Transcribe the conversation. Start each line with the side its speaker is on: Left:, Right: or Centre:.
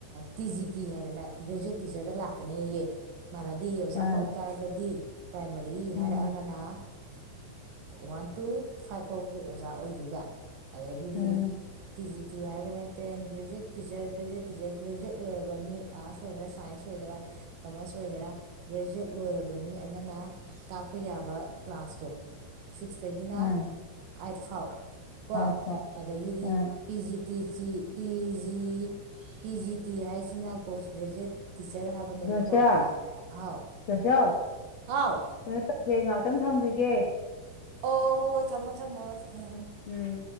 Right: ꯇꯤ ꯖꯤ ꯇꯤ ꯍꯥꯏꯗꯅ ꯒ꯭ꯔꯦꯖꯨꯌꯦꯠ ꯇꯤꯆꯔꯗ ꯂꯥꯛꯀꯅꯦꯌꯦ ꯃꯟꯅꯗꯦꯌꯦ ꯑꯣꯖꯥ
Left: ꯑꯥ
Right: ꯀꯧꯔꯛ ꯇꯥꯔꯒꯗꯤ ꯄ꯭ꯔꯥꯏꯃꯥꯔꯤ
Left: ꯎꯝ
Right: ꯍꯥꯏꯔꯛꯑꯒꯅ ꯋꯥꯟ ꯇꯨ ꯐꯥꯏꯚ ꯐꯥꯎꯒꯤ ꯑꯣꯖꯥ ꯑꯣꯏꯗꯣꯏꯕ ꯑꯗꯒꯤ
Left: ꯎꯝ
Right: ꯑꯦ ꯇꯤ ꯖꯤ ꯇꯤ ꯍꯥꯏꯔꯒꯅ ten graduate teacher graduate teacher graduate ꯂꯣꯏꯔꯕ ꯃꯤ ꯑꯥꯔꯠꯁ ꯑꯣꯏꯒꯦꯔꯥ ꯁꯥꯏꯟꯁ ꯑꯣꯏꯒꯦꯔꯥ ꯀꯃꯔꯁ ꯑꯣꯏꯒꯦꯔꯥ ꯒ꯭ꯔꯦꯖꯨꯋꯦꯠ ꯂꯣꯏꯔꯕ ꯃꯤ ꯑꯃꯅ ꯇꯥꯛꯄ ꯌꯥꯕ ꯀ꯭ꯂꯥꯁꯇꯣ ꯁꯤꯛꯁꯇꯒꯤꯅ
Left: ꯎꯝ
Right: ꯑꯥꯏꯠ ꯐꯥꯎ
Left: <unintelligible>
Right: ꯀꯣ ꯑꯗꯒꯤꯗꯤ
Left: ꯎꯝ
Right: P G ꯇꯤꯖꯤ P G P G T ꯍꯥꯏꯁꯤꯅ ꯄꯣꯁ ꯒ꯭ꯔꯦꯖꯨꯋꯌꯦꯠ ꯇꯤꯆꯔ ꯍꯥꯏꯕꯅꯦꯕꯀꯣ
Left: ꯖꯣꯁꯤꯌꯥ
Right: ꯍꯥꯎ
Left: ꯖꯣꯁꯤꯌꯥ
Right: ꯑꯣ
Left: ꯀꯩꯅꯣ ꯇꯧꯋꯦ ꯑꯦ ꯉꯥꯛꯇꯪ ꯊꯝꯒꯤꯒꯦ
Right: ꯑꯣ ꯍꯣꯏ ꯍꯣꯏ ꯊꯝꯃꯣ ꯊꯝꯃꯣ ꯎꯝ ꯎꯝ
Left: ꯎꯝ